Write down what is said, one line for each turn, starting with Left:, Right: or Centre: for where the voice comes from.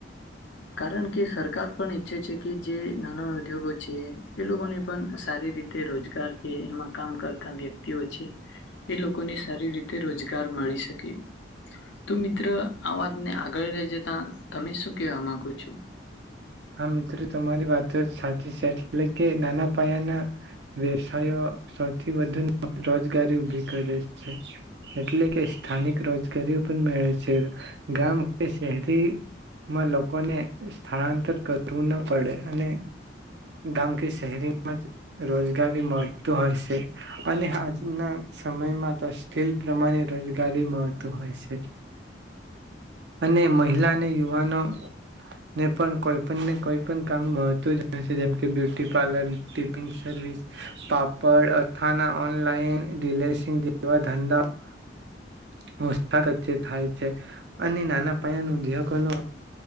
Left: કારણ કે સરકાર પણ ઈચ્છે છે કે જે નાના ઉદ્યોગો છે એ લોકોને પણ સારી રીતે રોજગાર કે એમાં કામ કરતા વ્યક્તિઓ છે એ લોકોને સારી રીતે રોજગાર મળી શકે તો મિત્ર આ વાતને આગળ લઈ જતા તમે શું કેવા માંગો છો
Right: હા મિત્રો તમારી વાતો સાચી છે એટલે કે નાના પાયાના વ્યવસાયો સૌથી વધુ રોજગારી ઉભી કરે છે એટલે કે સ્થાનિક રોજગારી પણ મડે છે ગામ કે શહેરીમાં લોકોને સ્થળાંતર કરવું ના પડે અને ગામ કે શહેરીમાં જ રોજગારી મળતું હોય છે અને આજના સમયમાં તો સ્કિલ પ્રમાણે રોજગારી મળતું હોય છે અને મહિલા અને યુવાનોને પણ કોઈ ને કોઈ પણ કામ મહત્વ છે જેમકે બ્યુટી પાર્લર ટિફિન સર્વિસ પાપડ અથાના ઓનલાઈન રિલેસંગ જેવા ધંધાચચે થાય છે અને નાના પાયાન ઉદ્યોગોનો